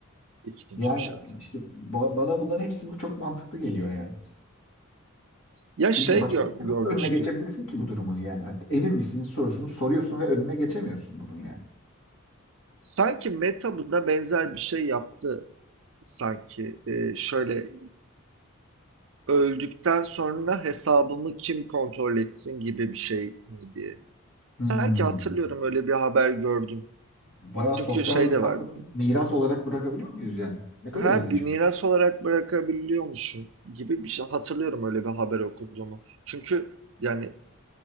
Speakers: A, on the right; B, on the left.
A: ikinci
B: Yani
A: bir şahsa.
B: işte ba- bana bunların hepsi bu çok mantıklı geliyor yani.
A: Ya
B: Çünkü
A: şey
B: başka
A: gö-
B: türlü
A: görmüştüm.
B: nasıl önüne geçebilirsin ki bu durumun yani? Hani emin misin sorusunu soruyorsun ve önüne geçemiyorsun bunun yani.
A: Sanki Meta buna benzer bir şey yaptı sanki. Ee, şöyle öldükten sonra hesabımı kim kontrol etsin gibi bir şey miydi?
B: Hmm.
A: Sanki hatırlıyorum öyle bir haber gördüm.
B: Bayağı
A: Çünkü
B: sosyal
A: şey
B: medya
A: de
B: hesaplarını
A: var.
B: miras olarak bırakabiliyor muyuz yani? Ne kadar
A: Ha
B: ilginçmiş.
A: bir miras olarak bırakabiliyormuşsun gibi bir şey hatırlıyorum öyle bir haber okuduğumu. Çünkü yani